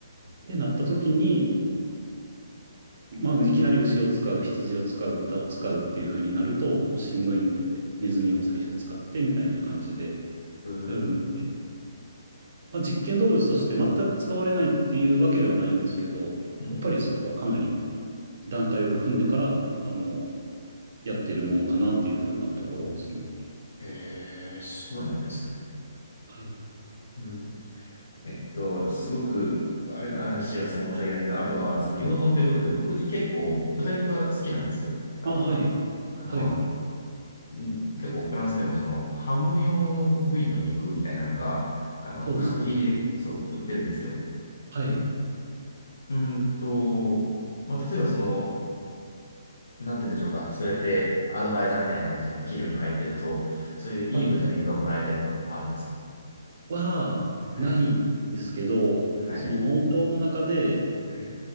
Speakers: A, on the right; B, on the left.
A: で、なった時に、まあ、いきなり牛を使う、羊を使う、豚を使うっていう風になると、もうしんどいんで、ネズミを最初使ってみたいな感じで
B: うん
A: やるので、まあ、実験動物として全く使われないっていうわけではないんですけど、
B: うん。
A: やっぱりそれはかなり段階を踏んでから、あの、やってるものかなっていう風なところですね。
B: へえ、そうなんですね。
A: はい。
B: うん。えっと、すごく、あれの話をして申し訳ないですけど、あとは、その養豚ということで、僕結構豚肉は好きなんですよ、割と。
A: あ、はい。
B: あの、
A: はい。
B: うん、結構フランスでもそのハム用の部位の肉みたいなのが、あの、
A: そうですね。
B: 角切りで、そう、売ってるんですよ。
A: はい。
B: で、
A: はい。
B: うーんと、まあ、例えばその、なんて言うんでしょうか。そうやってアドバイザーみたいな感じで企業に入ってると、そういういい豚肉がもらえたりとかもあるんですかね。
A: はいは、
B: はい。
A: ないですけど、
B: はい。
A: その農場の中で、
B: はい。